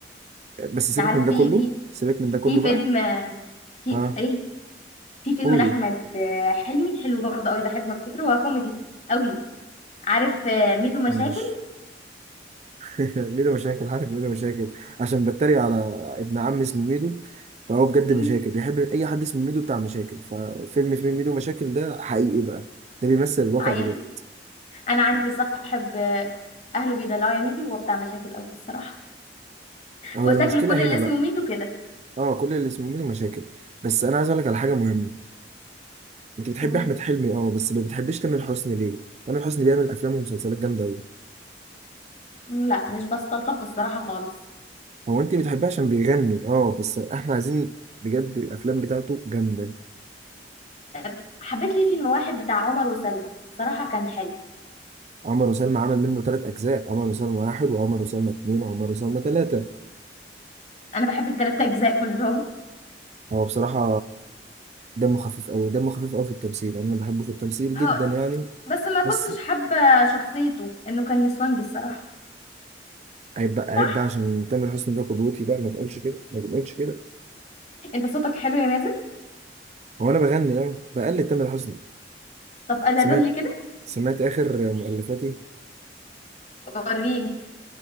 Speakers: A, on the right (about 40°); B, on the left (about 40°).
A: بس
B: انت
A: سيبك
B: عارف
A: من ده
B: في
A: كله
B: في
A: سيبك من ده كله
B: في فيلم
A: بقى
B: آه، في
A: ها
B: ايه في فيلم
A: قولي
B: لاحمد آه، حلمي حلو برضه قوي بحبه افتكره هو كوميدي قوي عارف آه، ميدو مشاكل
A: مين مش <laughs> ميدو مشاكل عارف ميدو مشاكل عشان بتريق على ابن عم اسمه ميدو فهو بجد
B: مم.
A: مشاكل بيحب اي حد اسمه ميدو بتاع مشاكل ففيلم فيلم ميدو مشاكل ده حقيقي بقى ده بيمثل الواقع
B: عيل
A: بجد
B: انا عندي صاحب آه، اهله بيدلعوا يا ميدو وهو بتاع مشاكل قوي الصراحه
A: هو
B: هو
A: المشكلة
B: شكل كل اللي
A: هنا
B: اسمه
A: بقى
B: ميدو كده
A: اه كل اللي اسمه ميدو مشاكل بس انا عايز اقول لك على حاجة مهمة انت بتحبي
B: مم.
A: احمد حلمي اه بس ما بتحبيش تامر حسني ليه تامر حسني بيعمل افلام ومسلسلات جامده قوي
B: مم، لا مش بستلطف الصراحة خالص
A: هو انت بتحبيه عشان بيغني اه بس احنا عايزين بجد الافلام بتاعته جامده
B: أه، حبيت لي فيلم واحد بتاع عمر وسلمى صراحة كان حلو
A: عمر وسلمى عمل منه ثلاث اجزاء عمر وسلمى واحد وعمر وسلمى اتنين وعمر وسلمى ثلاثه
B: أنا بحب التلات أجزاء كلهم
A: هو بصراحه دمه خفيف قوي دمه خفيف قوي في التمثيل انا بحبه في التمثيل جدا
B: هو
A: يعني
B: بس ما كنتش
A: بس
B: حابة شخصيته إنه كان نسوانجي الصراحة
A: عيب بقى عيب
B: صح
A: بقى عشان تامر حسني ده قدوتي بقى ما بقولش كده ما بقولش كده
B: أنت صوتك حلو يا مازن
A: هو انا بغني اه بقلد تامر حسني
B: طب قال
A: سمعت
B: لي كده
A: سمعت اخر مؤلفاتي
B: وريني